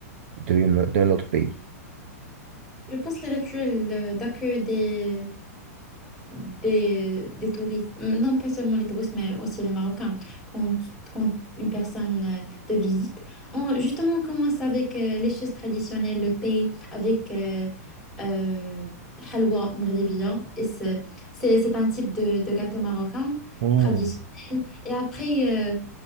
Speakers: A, on the right; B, in the centre.
A: d'une- d'un autre pays.
B: Je pense les rituels euh, d'accueil des, des, des touristes, euh, non pas seulement les touristes, mais aussi les Marocains, quand, quand une personne euh, te visite. On- justement, on commence avec euh, les choses traditionnelles, le thé, avec euh, euh, halwa mghribiya. Et c'est c'est- c'est un type de, de gâteau marocain
A: Hmm.
B: traditionnel. Et après, euh,